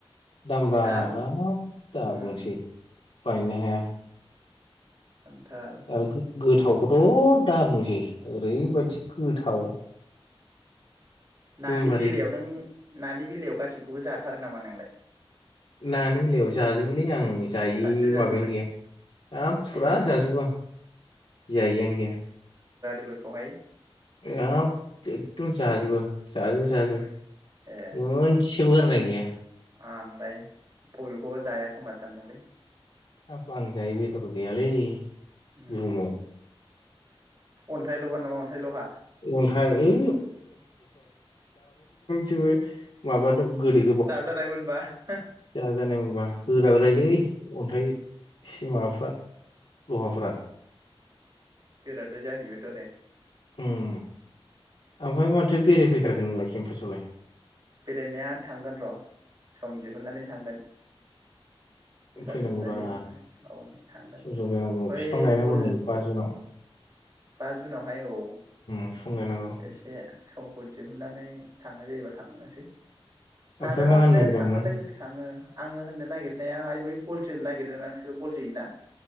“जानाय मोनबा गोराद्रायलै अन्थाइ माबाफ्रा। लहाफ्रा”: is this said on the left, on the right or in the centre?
Left